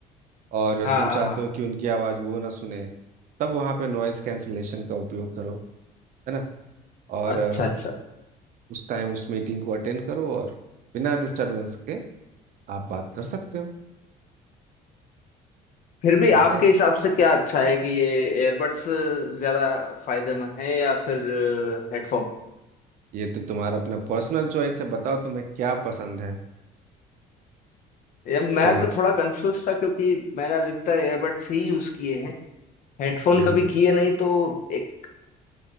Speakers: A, on the right; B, on the left.
A: और
B: हाँ
A: तुम
B: हाँ
A: चाहते
B: हाँ
A: हो कि उनकी आवाज़ वो ना सुने तब वहाँ पे नॉइज़ कैंसलेशन का उपयोग करो है ना और
B: अच्छा
A: अ,
B: अच्छा
A: उस टाइम उस मीटिंग को अटेंड करो और बिना डिस्टरबेंस के आप बात कर सकते हो
B: फिर भी
A: समझे
B: आपके हिसाब से क्या अच्छा है कि ये एयरबड्स ज्यादा फायदेमंद है या फिर हेडफोन
A: ये तो तुम्हारा अपना पर्सनल चॉइस है बताओ तुम्हें क्या पसंद है
B: ये मैं
A: फिर मैं
B: तो थोड़ा कंफ्यूज था क्योंकि मैंने अधिकतर एयरबड्स ही यूज किए हैं हेडफोन
A: ईयरबड्स
B: कभी किए नहीं तो एक